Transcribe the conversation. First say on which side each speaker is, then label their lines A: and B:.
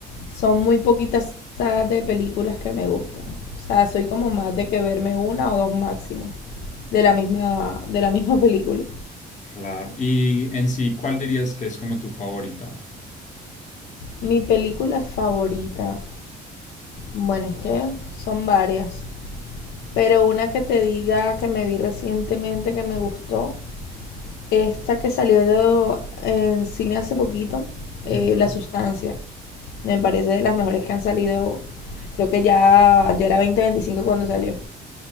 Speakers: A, on the left; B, on the left.
A: son muy poquitas sagas de películas que me gustan. O sea, soy como más de que verme una o dos máximo de la misma, de la misma <laughs> película.
B: Claro. Y en sí, ¿cuál dirías que es como tu favorita?
A: Mi película favorita, bueno, es que son varias, pero una que te diga que me vi recientemente que me gustó, esta que salió de- en cine hace poquito, eh,
B: Ujú.
A: La Sustancia. Me parece de las mejores que han salido. Creo que ya, ya era veinte veinticinco cuando salió.